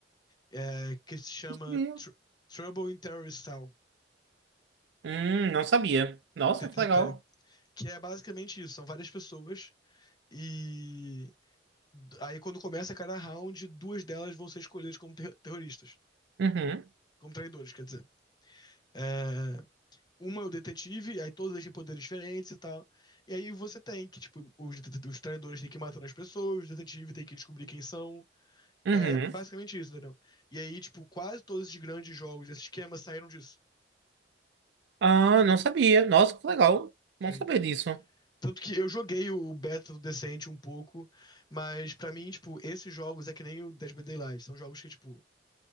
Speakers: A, on the left; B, on the right.
A: é, que se chama
B: Hum,
A: Tr- Trouble in Terrorist Town,
B: hum, não sabia. Nossa,
A: TTT,
B: que legal.
A: que é basicamente isso, são várias pessoas E aí, quando começa cada round, duas delas vão ser escolhidas como ter- terroristas,
B: Uhum,
A: como traidores, quer dizer. É, uma é o detetive, aí todos eles têm poderes diferentes e tal. E aí você tem que, tipo, os, os traidores têm que ir matando as pessoas, o detetive tem que descobrir quem são.
B: uhum.
A: É, é basicamente isso, entendeu? E aí, tipo, quase todos esses grandes jogos, esses esquemas saíram disso.
B: Ah, não sabia. Nossa, que legal.
A: Sim.
B: Bom saber disso.
A: Tanto que eu joguei o beta do Decente um pouco, mas pra mim, tipo, esses jogos é que nem o Dead by Daylight. São jogos que, tipo,